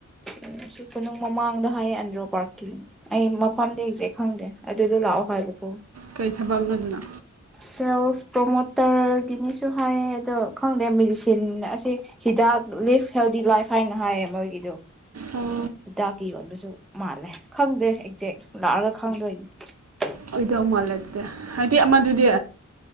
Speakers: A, in the centre; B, on the right (about 55°).
A: ꯑꯩꯁꯨ ꯀꯣꯅꯨꯡ ꯃꯃꯥꯡꯗ ꯍꯥꯏꯌꯦ ꯑꯟꯗ꯭ꯔꯣ ꯄꯥ꯭ꯔꯛꯀꯤ ꯑꯩ ꯃꯐꯝꯗꯤ ꯑꯦꯛꯖꯦꯛ ꯈꯪꯗꯦ ꯑꯗꯨꯗꯣ ꯂꯥꯛꯑꯣ ꯍꯥꯏꯕꯀꯣ
B: ꯀꯩ ꯊꯕꯛꯅꯣꯗꯨꯅ
A: ꯁꯦꯜꯁ ꯄ꯭ꯔꯃꯣꯗ ꯇꯔ ꯒꯤꯅꯦꯁꯨ ꯍꯥꯏꯌꯦ ꯑꯗꯣ ꯈꯪꯗꯦ ꯃꯦꯗꯤꯁꯤꯟ ꯑꯁꯦ ꯍꯤꯗꯥꯛ ꯂꯤꯐ ꯍꯦꯜꯗꯤ ꯂꯥꯏꯐ ꯍꯥꯏꯅ ꯍꯥꯏꯌꯦ ꯃꯣꯏꯒꯤꯗꯣ
B: ꯑꯣ
A: ꯍꯤꯗꯥꯛꯀꯤ ꯌꯣꯟꯕꯁꯨ ꯃꯥꯜꯂꯦ ꯈꯪꯗꯦ ꯑꯦꯛꯖꯦꯛ ꯂꯥꯛꯑꯒ ꯈꯪꯗꯣꯏꯅꯦ
B: ꯑꯣꯏꯗꯧ ꯃꯥꯜꯂꯛꯇꯦ ꯍꯥꯏꯗꯤ ꯑꯃꯗꯨꯗꯤ